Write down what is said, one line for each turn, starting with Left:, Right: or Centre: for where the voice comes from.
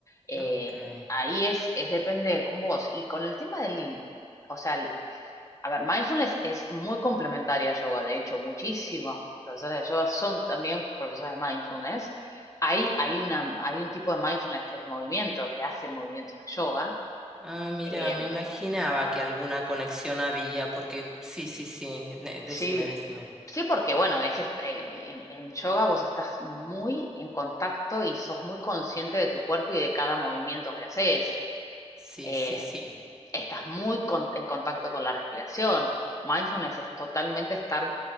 Left: Eh,
Centre: ok.
Left: ahí es, es depende con vos. Y con el tema del, o sea, a ver, mindfulness es muy complementaria a yoga, de hecho, muchísimos profesores de yoga son también profesores de mindfulness. Ahí hay, una, hay un tipo de mindfulness que es de movimiento, que hace movimientos de yoga.
Centre: Ah, mira,
Left: Eh,
Centre: me imaginaba que alguna conexión había, porque sí, sí, sí, ne- decime,
Left: sí,
Centre: decime.
Left: sí, porque bueno, es est- eh, en, en yoga vos estás muy en contacto y sos muy consciente de tu cuerpo y de cada movimiento que haces.
Centre: Sí,
Left: eh,
Centre: sí, sí.
Left: estás muy con- en contacto con la respiración. Mindfulness es totalmente estar,